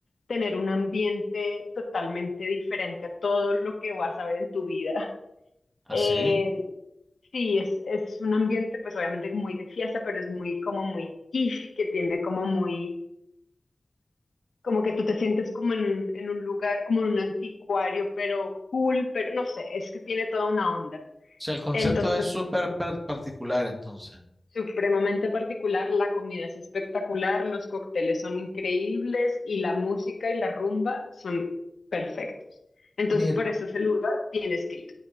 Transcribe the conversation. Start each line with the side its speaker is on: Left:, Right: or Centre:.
Left: tener un ambiente totalmente diferente a todo lo que vas a ver en tu vida. <laughs>
Right: así.
Left: Eh,
Right: O
Left: Sí, es, es un ambiente pues obviamente muy de fiesta, pero es muy como muy kitsch, que tiene como muy, como que tú te sientes como en un, en un lugar, como en un anticuario, pero cool, pero no sé, es que tiene toda una onda.
Right: sea, el concepto
Left: Entonces,
Right: es súper par- particular, entonces.
Left: supremamente particular, la comida es espectacular, los cócteles son increíbles y la música y la rumba son perfectos. Entonces,
Right: Mir-
Left: por eso ese lugar tienes que ir.